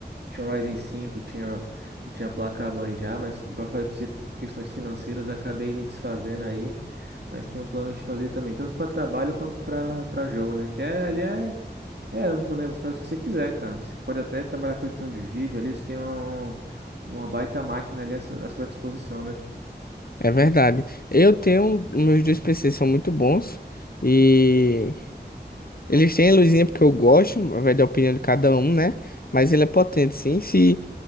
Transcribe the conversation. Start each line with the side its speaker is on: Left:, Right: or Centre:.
Right: tinha um Ryzen cinco tinha, eu tinha placa-mãe já, mas igual eu falei pra você, por questões financeiras, acabei me desfazendo aí. Mas tenho um plano de fazer também, tanto para trabalho quanto para para jogo, né? Que é, ali é, é amplo, né? Você faz o que você quiser, cara. Você pode até trabalhar com edição de vídeo, ali você tem um- uma baita máquina ali à sua à sua disposição, né?
Left: É verdade. Eu tenho, meus dois PCs são muito bons e eles têm a luzinha porque eu gosto, vai da opinião de cada um, né? Mas ele é potente, sim. Se